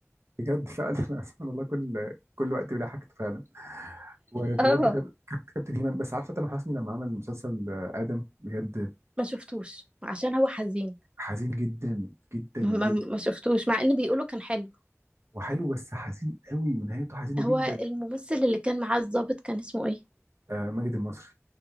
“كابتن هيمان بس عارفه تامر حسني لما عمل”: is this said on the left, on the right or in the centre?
Right